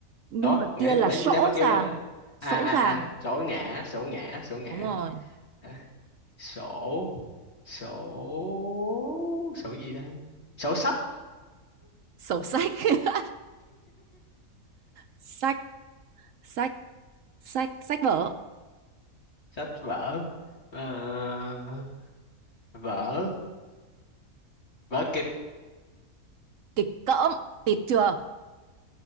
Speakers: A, on the right (about 65°); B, on the left (about 45°).
A: nhưng
B: đó
A: mà
B: nãy
A: kia là
B: vậy
A: sổ
B: nếu
A: sổ
B: mà kêu
A: sàng
B: là à
A: sổ
B: à
A: sàng
B: à sổ ngã sổ ngã sổ ngã
A: đúng rồi
B: À, sổ sổ sổ gì đây sổ sách
A: sổ sách <laughs> sách sách sách sách vở
B: sách vở Ờ, vở vớ kịch
A: kịch cỡm tịt chưa